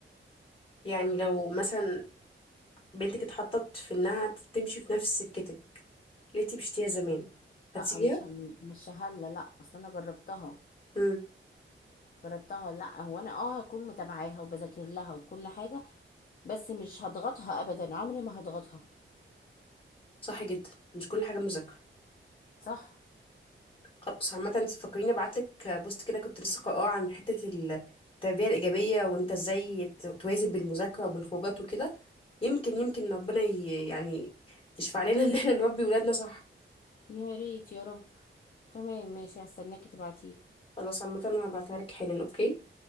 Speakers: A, on the left (about 25°); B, on the left (about 45°).
A: يعني لو مثلا بنتك اتحطت في انها تمشي في نفس سكتك اللي انت مشيتيها زمان هتسيبيها
B: لا مش هم- مش هلا لا اصل انا جربتها
A: امم
B: جربتها ولا لا هو انا اه هكون متابعاها وبذاكر لها وكل حاجه بس مش هضغطها ابدا عمري ما هضغطها
A: صح جدا مش كل حاجه مذاكره
B: صح
A: خلاص عامه فكريني ابعت لك بوست كده كنت لسه قاراه عن حته التربيه الايجابيه وانت ازاي ت- توازن بالمذاكره وبالخروجات وكده يمكن يمكن ربنا ي... يعني يشفع لنا <laughs> ان احنا نربي ولادنا صح
B: يا ريت يا رب تمام ماشي هستناكي تبعتيلي
A: خلاص عامه انا هبعتها لك حالا اوكي